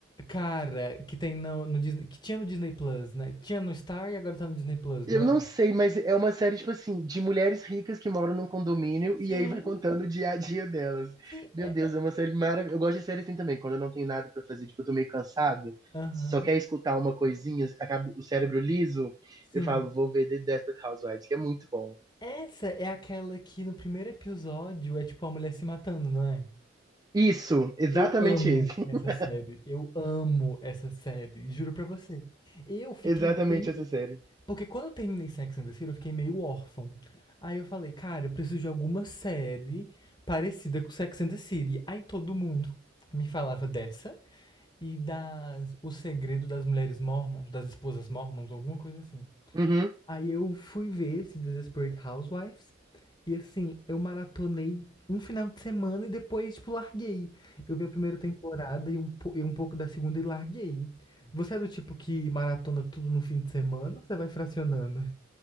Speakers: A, on the left; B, on the right.
A: Cara, que tem no, no Disney, que tinha no Disney Plus, né? Tinha no Star e agora tá no Disney Plus,
B: Eu
A: não é?
B: não sei, mas é uma série, tipo assim, de mulheres ricas que moram num condomínio e
A: Sim,
B: aí vai contando o dia a dia delas.
A: sim,
B: Meu
A: é.
B: Deus, é uma série maravilhosa. Eu gosto de série assim também, quando eu não tenho nada pra fazer, tipo, eu tô meio cansado,
A: Aham,
B: só quer escutar uma coisinha, acaba o cérebro liso,
A: sim.
B: eu falo, vou ver The Desperate Housewives, que é muito bom.
A: Essa é aquela que no primeiro episódio é tipo a mulher se matando, não é?
B: Isso, exatamente
A: Eu amo
B: isso. <laughs>
A: essa série. Eu amo essa série. Juro pra você. Eu fiquei
B: Exatamente
A: bem
B: essa série.
A: Porque quando eu terminei Sex and the City, eu fiquei meio órfão. Aí eu falei, cara, eu preciso de alguma série parecida com Sex and the City. Aí todo mundo me falava dessa e das O Segredo das Mulheres Mormons, das Esposas Mormons, alguma coisa assim.
B: Uhum.
A: Aí eu fui ver esse Desperate Housewives e assim, eu maratonei um final de semana e depois, tipo, larguei. Eu vi a primeira temporada e um, po- e um pouco da segunda e larguei. Você é do tipo que maratona tudo no fim de semana ou você vai fracionando?